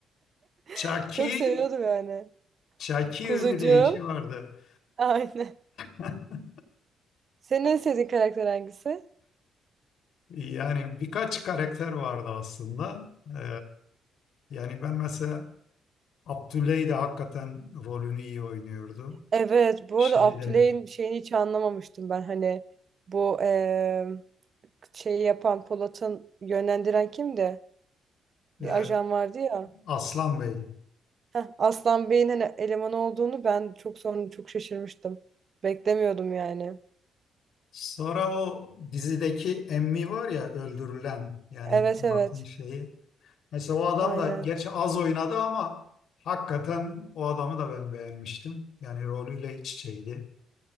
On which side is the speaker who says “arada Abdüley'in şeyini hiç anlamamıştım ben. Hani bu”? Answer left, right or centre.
Right